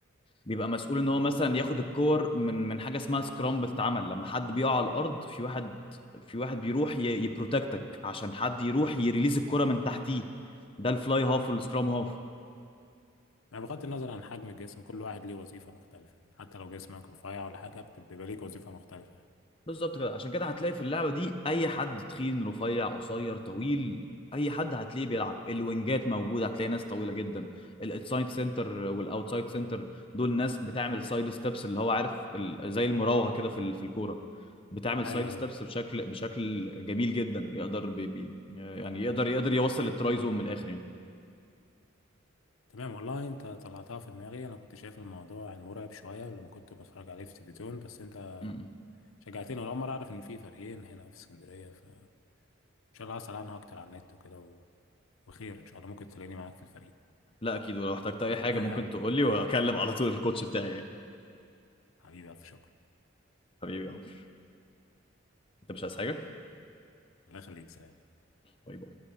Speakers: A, on the left; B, on the left.
A: بيبقى مسؤول ان هو مثلا ياخد الكور من من حاجه اسمها سكرام بتتعمل لما حد بيقع على الارض في واحد في واحد بيروح ي- يبروتكتك عشان حد يروح يريليز الكره من تحتيه ده الفلاي هاف والسكرام هاف
B: يعني بغض النظر عن حجم الجسم كل واحد ليه وظيفة مختلفة يعني حتى لو جسمك رفيع ولا حاجة بت- بيبقى ليك وظيفة مختلفة يعني
A: بالظبط كده عشان كده هتلاقي في اللعبه دي اي حد تخين رفيع قصير طويل اي حد هتلاقيه بيلعب الوينجات موجوده هتلاقي ناس طويله جدا السايد سنتر والاوتسايد سنتر دول ناس بتعمل سايد ستيبس اللي هو عارف ال- زي المراوغه كده في ال- في الكوره بتعمل
B: ايوه
A: سايد ستيبس
B: ايوه أيوة.
A: بشكل بشكل جميل جدا يقدر بي بي- يعني يقدر يقدر يوصل للتراي زون من الاخر يعني
B: تمام والله انت طلعتها في دماغي انا كنت شايف الموضوع يعني مرعب شويه لما كنت بتفرج عليه في التلفزيون بس انت
A: م- م.
B: شجعتني ولا مرة أعرف إن في فريقين هنا في اسكندرية فإن شاء الله هسأل عنها أكتر على النت وكده و... وخير إن شاء الله ممكن تلاقيني معاك في الفريق
A: لا اكيد ولو احتجت اي حاجه
B: <laughs>
A: ممكن تقول لي واكلم على طول الكوتش بتاعي
B: حبيبي ألف شكر
A: حبيبي يا عمر انت مش عايز حاجه
B: الله يخليك سلام
A: باي باي